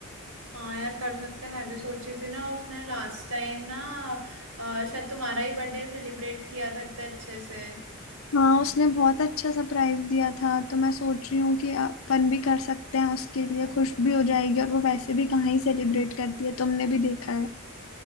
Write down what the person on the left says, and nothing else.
हाँ उसने बहुत अच्छा सरप्राइज दिया था तो मैं सोच रही हूँ कि अपन भी कर सकते हैं उसके लिए खुश भी हो जाएगी और वो वैसे भी कहाँ ही सेलिब्रेट करती है तुमने भी देखा